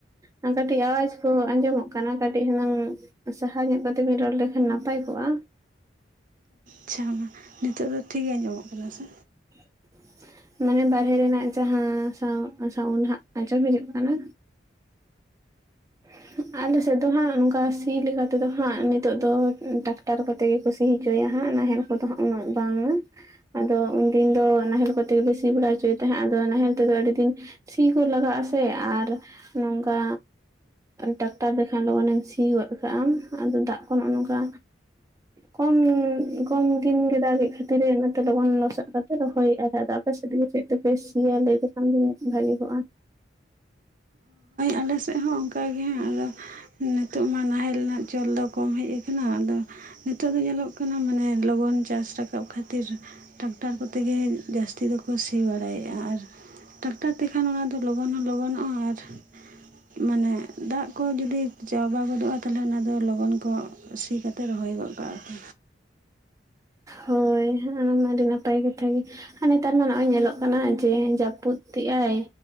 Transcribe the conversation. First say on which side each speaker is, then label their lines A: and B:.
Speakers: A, on the right; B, on the right.
A: ᱦᱟᱸᱜ ᱠᱟᱹᱴᱤᱡ ᱟᱣᱟᱡ ᱠᱚ ᱟᱸᱡᱚᱢᱚᱜ ᱠᱟᱱᱟ ᱠᱟᱹᱴᱤᱡ ᱦᱩᱱᱟᱹᱝ ᱥᱟᱦᱟ ᱧᱚᱜ ᱠᱟᱛᱮ ᱵᱤᱱ ᱨᱚᱲ ᱞᱮᱠᱷᱟᱱ ᱱᱟᱯᱟᱭ ᱠᱚᱜᱼᱟ
B: ᱟᱪᱪᱷᱟ ᱚᱱᱟ ᱱᱤᱛᱚᱜ ᱫᱚ ᱴᱷᱤᱠ ᱜᱮᱭᱟ ᱟᱧᱡᱚᱢᱚᱜ ᱠᱟᱱᱟ ᱥᱮ?
A: <inaudible> ᱢᱟᱱᱮ ᱵᱟᱨᱦᱮ ᱨᱮᱱᱟᱜ ᱡᱟᱦᱟᱸ ᱥᱟᱶ ᱥᱟᱣᱩᱱᱰ ᱱᱟᱦᱟᱸᱜ ᱟᱸᱡᱚᱢ ᱦᱤᱡᱩᱜ ᱠᱟᱱᱟ <unintelligible> ᱟᱞᱮ ᱥᱮᱫ ᱫᱚ ᱦᱟᱸᱜ ᱱᱚᱝᱠᱟ ᱥᱤ ᱞᱮᱠᱟ ᱛᱮᱫᱚ ᱦᱟᱸᱜ ᱱᱤᱛᱚᱜ ᱫᱚ ᱴᱟᱠᱴᱟᱨ ᱠᱚᱛᱮ ᱜᱮᱠᱚ ᱥᱤ ᱦᱚᱪᱚᱭᱟ ᱦᱟᱸᱜ ᱱᱟᱦᱮᱞ ᱠᱚᱫᱚ ᱦᱟᱸᱜ ᱩᱱᱟᱹᱜ ᱵᱟᱝᱟ ᱟᱫᱚ ᱩᱱᱫᱤᱱ ᱫᱚ ᱱᱟᱦᱮᱞ ᱠᱚᱛᱮ ᱜᱮᱞᱮ ᱥᱤ ᱵᱟᱲᱟ ᱦᱚᱪᱚᱭᱮᱫ ᱛᱟᱦᱮᱸᱫ ᱟᱫᱚ ᱱᱟᱦᱮᱞ ᱛᱮᱫᱚ ᱟᱹᱰᱤ ᱫᱤᱱ ᱥᱤ ᱠᱚ ᱞᱟᱜᱟᱜ-ᱟ ᱥᱮ ᱟᱨ ᱱᱚᱝᱠᱟ ᱴᱟᱠᱴᱟᱨ ᱛᱮᱠᱷᱟᱱ ᱞᱚᱜᱚᱱᱮᱢ ᱥᱤ ᱜᱚᱫ ᱠᱟᱜᱼᱟ ᱟᱢ ᱟᱫᱚ ᱫᱟᱜ ᱠᱚ ᱱᱚᱝᱠᱟ ᱠᱚᱢ ᱠᱚᱢ ᱫᱤᱱᱜᱮ ᱫᱟᱜᱮᱫ ᱠᱷᱟᱹᱛᱤᱨ ᱚᱱᱟᱛᱮ ᱞᱚᱜᱚᱱ ᱞᱚᱥᱚᱫ ᱠᱟᱛᱮ ᱨᱚᱦᱚᱭ ᱮᱫᱟ ᱞᱮ ᱟᱫᱚ ᱟᱯᱮ ᱥᱮᱫ ᱜᱮ ᱪᱮᱫ ᱛᱮᱯᱮ ᱥᱤᱭᱟ ᱞᱟᱹᱭ ᱞᱮᱠᱷᱟᱱ ᱜᱮ ᱵᱷᱟᱹᱜᱤ ᱠᱚᱜᱼᱟ
B: ᱟᱞᱮᱥᱮᱫ ᱦᱚᱸ ᱚᱱᱠᱟ ᱜᱮ ᱦᱟᱜ ᱟᱫᱚ ᱱᱤᱛᱳᱜ ᱢᱟ ᱱᱟᱦᱮᱞ ᱨᱮᱱᱟᱜ ᱪᱚᱞ ᱫᱚ ᱠᱚᱢ ᱦᱮᱡ ᱟᱠᱟᱱᱟ ᱟᱫᱚ ᱱᱤᱛᱚᱜ ᱫᱚ ᱧᱮᱞᱚᱜ ᱠᱟᱱᱟ ᱢᱟᱱᱮ ᱞᱚᱜᱚᱱ ᱪᱟᱥ ᱨᱟᱠᱟᱵ ᱠᱷᱟᱹᱛᱤᱨ ᱴᱟᱠᱴᱟᱨ ᱠᱚᱛᱮ ᱜᱮ ᱡᱟᱹᱥᱛᱤ ᱫᱚᱠᱚ ᱥᱤ ᱵᱟᱲᱟᱭᱮᱫᱼᱟ ᱟᱨ ᱴᱟᱠᱴᱟᱨ ᱛᱮᱠᱷᱟᱱ ᱚᱱᱟ ᱞᱚᱜᱚᱱ ᱦᱚᱸ ᱞᱚᱜᱚᱱᱚᱜᱼᱟ ᱟᱨ ᱢᱟᱱᱮ ᱫᱟᱜ ᱠᱚ ᱡᱩᱫᱤ ᱪᱟᱵᱟ ᱜᱚᱫᱚᱜᱼᱟ ᱛᱟᱦᱚᱞᱮ ᱚᱱᱟ ᱫᱚ ᱞᱚᱜᱚᱱ ᱠᱚ ᱥᱤ ᱠᱟᱛᱮ ᱨᱚᱦᱚᱭ ᱜᱚᱫ ᱠᱟᱜᱼᱟ ᱠᱚ
A: ᱦᱳᱭ ᱚᱱᱟ ᱢᱟ ᱟᱹᱰᱤ ᱱᱟᱯᱟᱭ ᱠᱟᱛᱷᱟ ᱜᱮ ᱟᱨ ᱱᱮᱛᱟᱨ ᱢᱟ ᱱᱚᱜᱼᱚᱭ ᱧᱮᱞᱚᱜ ᱠᱟᱱᱟ ᱡᱮ ᱡᱟᱹᱯᱩᱫ ᱮᱫᱼᱟᱭ